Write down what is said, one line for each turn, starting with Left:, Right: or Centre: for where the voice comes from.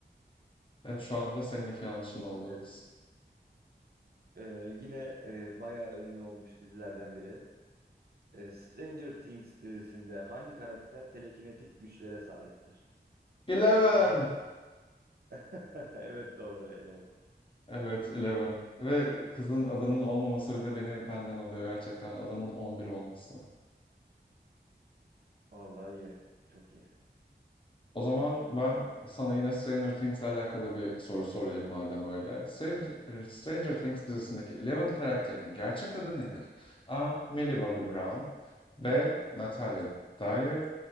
Left: Evet şu anda senin iki yanlışın
Right: Soru
Left: oldu.
Right: soruyorum. Ee, yine e, bayağı ünlü olmuş dizilerden biri. E, Stranger Things dizisinde hangi karakter telekinetik güçlere sahiptir?
Left: Eleven.
Right: A. <laughs> Evet doğru eleman.
Left: Evet, Eleven. Ve kızın adının olmaması bile beni benden alıyor gerçekten. Adının 11 olması.
Right: Vallahi iyi. Çok iyi.
Left: O zaman ben sana yine Stranger Things'le alakalı bir soru sorayım madem öyle. Stranger, Stranger Things dizisindeki Eleven karakterinin gerçek adı nedir? A. Millie Bobby Brown B. Natalia Dyer